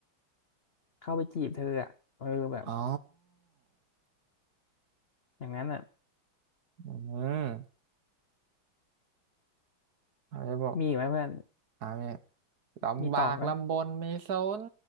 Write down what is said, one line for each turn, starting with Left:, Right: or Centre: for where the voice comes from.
Left: เข้าไปจีบเธออะเออแบบ
Right: อ๋อ
Left: อย่างนั้นอะ
Right: อืมเขาจะบอก
Left: มีอีกไหมเพื่อน
Right: อ่าเนี่ยลำบากลำบนไม่สน
Left: มีต่อไหม